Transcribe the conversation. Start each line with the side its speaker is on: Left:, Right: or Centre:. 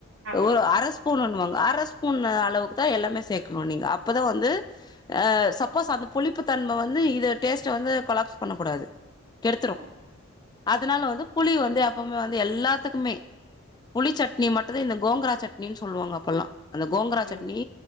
Right: ஆமா
Left: ஒரு அரஸ் ஸ்பூன்வாங்க அர ஸ்பூன் அளவுக்கு தா எல்லாமே சேக்கனு நீங்க அப்பதா வந்து சப்போஸ் அந் புளிப்புத்தன்ம வந்து இத டேஸ்ட்ட வந்து கொலாப்ஸ் பண்ணக்கூடாது கெடுத்துரும்
Right: ஓ
Left: அதுனால வந்து புளி வந்து எப்பவுமே வந்து எல்லாத்துக்குமே புளி சட்னி மட்டுதா இந்த கோங்கரா சட்னின்னு சொல்லுவாங்க அப்பல்லாம் அந்த கோங்கரா
Right: ம்
Left: சட்னி